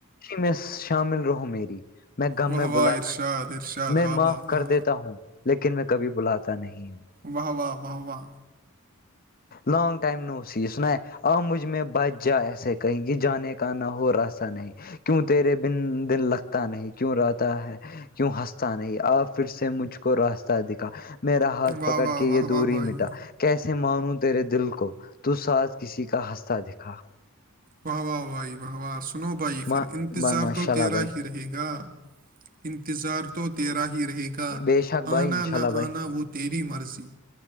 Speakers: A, on the left; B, on the right.
A: میں شامل رہو میری میں غم
B: واہ
A: میں
B: واہ
A: بلاتا
B: ارشاد
A: نہیں
B: ارشاد
A: میں
B: واہ
A: معاف
B: واہ واہ
A: کر دیتا ہوں لیکن میں کبھی بلاتا نہیں ہوں
B: واہ واہ واہ واہ
A: لانگ ائم ن اسی اس نا ا مجب میں بجہ جا ایسے کہیں گے جانے کا نہ ہووراستہ نہیں کیوں تیرے بن دن لگتا نہیں کیوں رہتا ہے کیوں ہنستا نہیں آپ پھر سے مجھ کو راستہ دکھا میرا ہاتھ
B: واہ
A: پکڑ
B: واہ
A: کے
B: واہ
A: یہ
B: واہ
A: دوری
B: بھائی
A: مٹا کیسے مانوں تیرے دل کو تو سس کسی کا ہنستا دکھا
B: واہ واہ وھائی واہ واہ سنو بھائی
A: ماں
B: پھر انتظار
A: بھائی ماشاء
B: تو
A: اللہ
B: تیرا
A: بھائی
B: ہی رہے گا انتظار تو تیرا ہی رہ رہے گا
A: بے شک بھائی
B: آنا
A: انشاء
B: نہ
A: اللہ بھائی
B: آنا وہ تیری مرضی